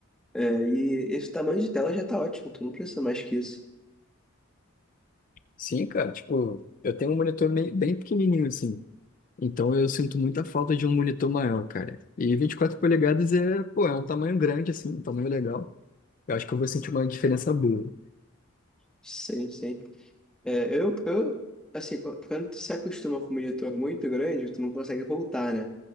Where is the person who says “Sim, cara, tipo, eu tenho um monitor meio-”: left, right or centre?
Left